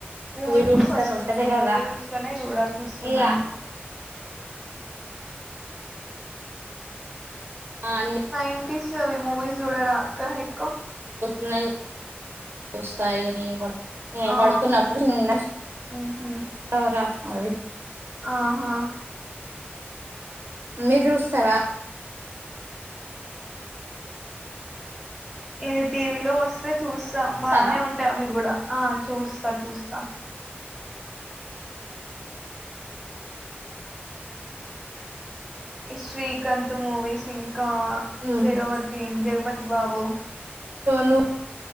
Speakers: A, in the centre; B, on the right.
A: మూవీ
B: రూల్స్
A: ప్స్ వస్తుంది
B: అని ఉంటది కదా
A: మూవీ రూల్స్ లోనే చూడాల్సి వస్తుంది
B: ఇగ
A: అన్నీ
B: అన్ని
A: నైన్టీస్ అవి మూవీస్ చూడరా అక్క ఎక్కువ
B: న్నాయి చూస్తా ఇక నేను కూడా నేను
A: ఆ
B: పడుకున్నప్పుడు చిన్నగా
A: ఉహు
B: <unintelligible> రా అవి
A: ఆహా
B: మీర్ చూస్తారా?
A: ఈ టీవీలో వస్తే చూస్తాం బానే
B: స్తావా
A: ఉంటాయి అవి కూడా ఆ చూస్తా చూస్తా శ్రీకాంత్ మూవిస్ ఇంకా
B: నువ్వు
A: జగపతి జగపతి బాబు
B: నువ్వు